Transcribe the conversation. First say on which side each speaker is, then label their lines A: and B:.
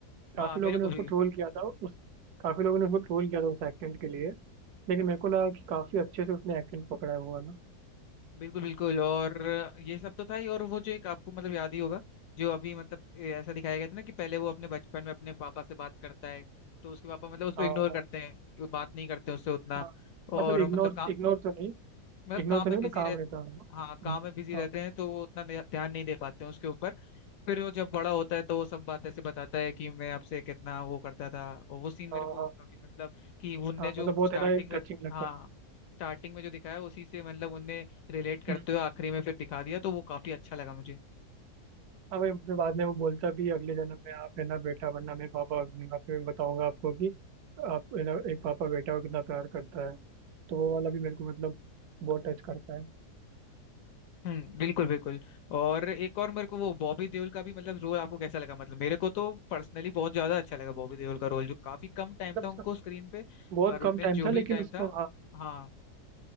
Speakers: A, on the left (about 70°); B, on the right (about 75°).
A: हाँ
B: काफी
A: मेरे
B: लोगों
A: को
B: ने उसको
A: भी
B: ट्रोल किया था उस काफी लोगों ने उसको ट्रोल किया था उस एक्सेंट के लिए लेकिन मेरे को लगा कि काफी अच्छे से उसने एक्सेंट पकड़ा है वो वाला
A: बिल्कुल बिल्कुल और ये सब तो था ही और वो जो एक आपको मतलब याद ही होगा जो अभी मतलब ए, ऐसा दिखाया गया था ना कि पहले वो अपने बचपन में अपने पापा से बात करता है तो उसके पापा मतलब उसको
B: हाँ
A: इग्नोर
B: हाँ
A: करते हैं कि वो बात नहीं करते उससे उतना
B: हाँ मतलब
A: और
B: इग्नोर
A: मतलब का,
B: इग्नोर तो नहीं
A: मतलब
B: इग्नोर
A: काम
B: तो
A: में
B: नहीं
A: बिजी
B: मतलब काम
A: रह
B: रहता है उनका।
A: हाँ काम
B: हम्म।
A: में बिजी रहते हैं तो वो उतना ध्या- ध्यान नहीं दे पाते हैं उसके ऊपर फिर वो जब बड़ा होता है तो वो सब बात ऐसे बताता है कि मैं आपसे कितना वो करता था और वो सीन मेरे
B: हाँ
A: को
B: हाँ
A: काफी मतलब कि उनने
B: हाँ
A: जो
B: मतलब बहुत
A: स्टार्टिंग
B: है ना
A: में
B: टचिंग लगता
A: हाँ
B: है
A: स्टार्टिंग में जो दिखाया उसी से मतलब उनने रिलेट करते
B: हम्म।
A: हुए आखिरी में फिर दिखा दिया तो वो काफी अच्छा लगा मुझे
B: हाँ भाई फिर बाद में वो बोलता भी है, अगले जन्म में आप है ना बेटा बनना मैं पापा बनूंगा फिर बताऊंगा आपको कि आप है ना एक पापा बेटा को कितना प्यार करता है तो वो वाला भी मेरे को मतलब बहुत टच करता है
A: हम्म बिल्कुल बिल्कुल और एक और मेरे को वो बॉबी देओल का भी मतलब रोल आपको कैसा लगा मतलब मेरे को तो पर्सनली बहुत ज्यादा अच्छा लगा बॉबी देओल का रोल जो काफी कम टाइम
B: मतलब
A: था
B: उसका
A: उनको स्क्रीन पे
B: बहुत
A: पर उन्हें
B: कम टाइम
A: जो
B: था
A: भी
B: लेकिन
A: टाइम
B: उसको
A: था
B: हाँ
A: हाँ